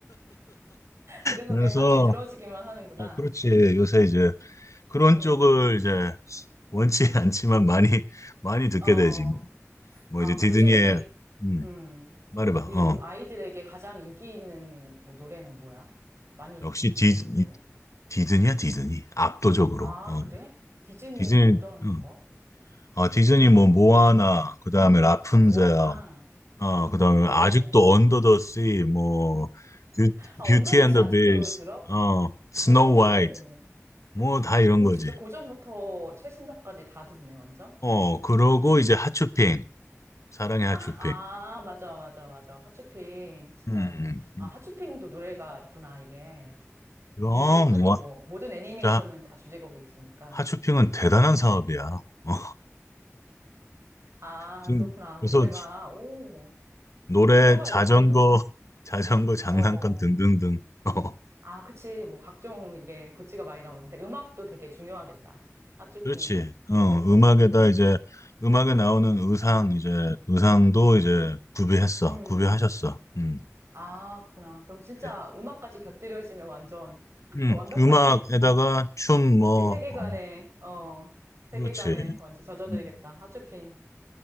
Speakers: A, on the right (about 55°); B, on the left (about 75°).
A: 그래서
B: 그래서
A: 그냥 같이 들어주기만 하는구나.
B: 어, 그렇지. 요새 이제 그런
A: 음,
B: 쪽을 이제 원치 <laughs> 않지만 많이 많이 듣게
A: 어.
B: 되지. 뭐
A: 아,
B: 이제
A: 그럼
B: 디즈니의
A: 요즘 애,
B: 음,
A: 음,
B: 말해봐.
A: 그럼 요즘
B: 어
A: 아이들에게 가장 인기 있는 뭐 노래는 뭐야? 많이
B: 역시
A: 듣는
B: 디
A: 노래는?
B: 이- 디즈니야 디즈니 압도적으로.
A: 아,
B: 어
A: 그래? 디즈니
B: 디즈니
A: 뭐 어떤
B: 음.
A: 거?
B: 아 디즈니 뭐 모아나 그다음에 라푼젤
A: 아, 모아나,
B: 어
A: 라푼젤.
B: 그다음에 아직도 언더 더 씨, 뭐 뷰,
A: 아, 언더더시
B: 뷰티 앤더
A: 아직도
B: 비스트
A: 들어?
B: 어 스노우
A: 오,
B: 화이트 뭐 다 이런
A: 오,
B: 거지.
A: 진짜 고전부터 최신작까지 다 듣네, 완전?
B: 어 그러고 이제 하츄핑 사랑의 하츄핑
A: 아, 맞아, 맞아, 맞아. 핫쇼핑, 진짜.
B: 음,
A: 아,
B: 음.
A: 핫쇼핑도 노래가 있구나, 이게.
B: 이
A: 주제곡, 하긴
B: 뭐
A: 뭐, 모든 애니메이션은
B: 진짜
A: 다 주제곡이 있으니까.
B: 하츄핑은 대단한 사업이야. 어,
A: 아,
B: 지금
A: 그렇구나.
B: 벌써
A: 그 노래가, 오,
B: 노래,
A: 한번 들어봐야겠다,
B: 자전거,
A: 나도.
B: <laughs> 자전거 장난감
A: 어.
B: 등등등. 어,
A: 아, 그치. 뭐, 각종 이게 굿즈가 많이 나오는데, 음악도 되게 중요하겠다. 핫쇼핑,
B: 그렇지.
A: 그거
B: 어,
A: 있어서.
B: 음악에다 이제 음악에 나오는 의상 이제 의상도 이제 구비했어.
A: 음.
B: 구비하셨어. 음.
A: 아, 그렇구나. 그럼 진짜
B: 그래.
A: 음악까지 곁들여지면 완전 <laughs>
B: 음,
A: 완벽하게
B: 음악에다가 춤 뭐,
A: 그 세계관에,
B: 어,
A: 어, 세계관에
B: 그렇지.
A: 완전 젖어들겠다.
B: 음,
A: 핫쇼핑.